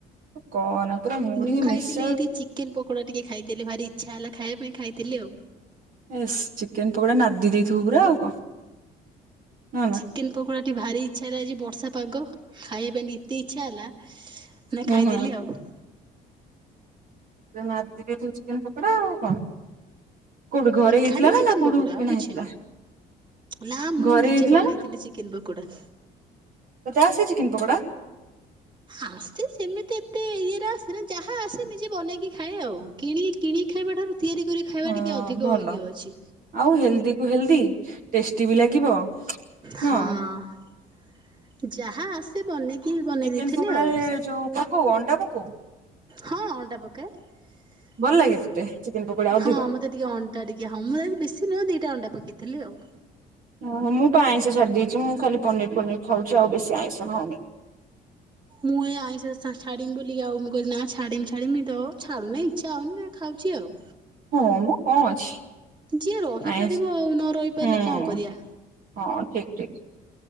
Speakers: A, on the right (about 55°); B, on the right (about 25°).
A: କହନା ପୁରା ମୁଢି
B: ମୁଁ ଖାଇଥିଲି
A: ମିକ୍ସଚର
B: ଏଇଠି ଚିକେନ ପକୋଡା ଟିକେ ଖାଇଥିଲି ଭାରି ଇ୍ଛା ହେଲା ଖାଇବା ପାଇଁ ଖାଇଥିଲି ଆଉ।
A: ଏ ଚିକେନ ପକୋଡା ନାଦି ଦେଇଥିବ ପୁରା ଆଉ କଣ। ହଁ ନା।
B: ଚିକେନ ପକୋଡାଟି ଭାରି ଇଚ୍ଛାରେ ବ ବଷା ପାଗ ଖାଇବା ପାଇଁ ଏତେ ଇଚ୍ଛା ହେଲା। ନା
A: ହୁଁ
B: ଖାଇଦେଲି
A: ହୁଁ।
B: ଆଉ।
A: ରେ ଚିକେନ ପକୋଡା ଆଉ କଣ? କୋଉଠି ଘରେ ହେଇଥିଲା
B: ଖାଲି ଚିକେନ
A: ନା ନା କୋଉଠି
B: ପକୋଡା ଆଉ
A: କିଣା
B: କିଛି
A: ହେଇଥିଲା
B: ନୁହଁ। ନା ମୁଁ
A: ଘରେ
B: ନିଜେ
A: ହେଇଥିଲା
B: ବନେଇଥିଲି
A: ନା
B: ଚିକେନ ପକୋଡା।
A: ତତେ ଆସିଛି କିନ୍ତୁ ଗଡ଼ା
B: ଆସ ସେମିତି ଏତେ ଇଏରେ ଆସ ଯାହା ଆସ ନିଜେ ବନେଇକି ଖାଏ ଆଉ କି କିଣିକି ଖାଇବା ଠାରୁ ତିଆରି କରି ଖାଇବା
A: ହଁ
B: ଟିକେ ଅଧିକ
A: ଭଲ
B: ଇଏ ଅଛି।
A: ଆଉ ହେଲଦି କୁ ହେଲଦି ଟେଷ୍ଟି ବି ଲାଗିବ।
B: ହଁ
A: ହଁ
B: ଯାହାଜ ବନେଇ
A: ଚିକେନ
B: ଦେଇଥିଲି
A: ଫୋକଡରେ
B: ଆଉ।
A: ଯୋଉ କୁ ଅଣ୍ଡା କଉ
B: ହଁ ଅଣ୍ଡା ପକାଏ
A: ଭଲ ଲାଗେ ତତେ ଚିକେନ ପକୋଡା ଅଧିକ
B: ହଁ ମତେ ଟିକେ ଅଣ୍ଣ୍ଡା ଟିକେ ହଉ ମୁଁ ବେଶି ନୁହେଁ ଦିଟା ଅଣ୍ଡା ପକେଇ ରଖିଥିଲି ଆଉ।
A: ଓହୋ ମୁଁ ପା ଆଇଁଷ ଛାଡି ଦେଇେଇଛି ମୁଁ ଖାଲି ପନିର ପନିର ଖାଉଛି ଆଉ ବେଶୀ ଆଇଁଷ ଖାଉନି।
B: ମୁଁଇ ଆଇ ଛାି ବୋଲି ଆଉ ମୁଁ କିଲି ନା ଛାମି ଛାମି ତ ଛଡୁନି ଇଛା ହଉନି ଖାଉଛି ଆଉ।
A: ହଁ ମୁଁ କଣ ଅଛି।
B: ଯିଏ ରହିପାରିବ
A: ଆଇଁଷ
B: ଆଉ ନ ରହିପାରିଲେ
A: ହୁଁ
B: କଣ କରିବା।
A: ହଁ ଠିକ ଠିକ